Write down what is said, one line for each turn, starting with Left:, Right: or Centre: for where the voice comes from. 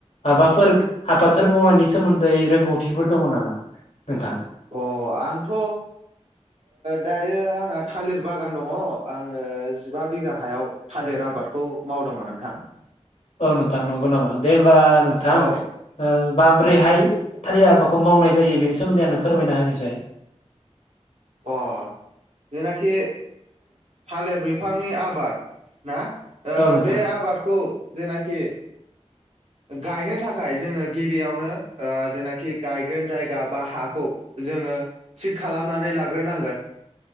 Left: माबाफोर आबादफोर मावनायनि सोमोन्दै रोंगौथिफोर दङ नामा? नोंथां?
Right: अ आंथ' दायो आंना थालिर बागान दङ आङो जिबा बिगा हायाव थालिर आबादखौ मावदोंमोन नोंथां
Left: औ नोंथां नंगौ नामा दे होमबा नोंथां
Right: औ
Left: माब्रैहाय थालिर आाबाखौ मावनाय जायो बेनि सोमोन्दै आंनो फोरमायना होनायसाय
Right: अ जेनाखि थालिर बिफांनि आबाद ना
Left: औ नोंथां
Right: बे आबादखौ जेनाखि गायनो थाखाय जोङो गिबियावनो जेनाखि गायगोन जायगा बा हाखौ जोङो थिग खालाम खालामनानै लाग्रोनांगोन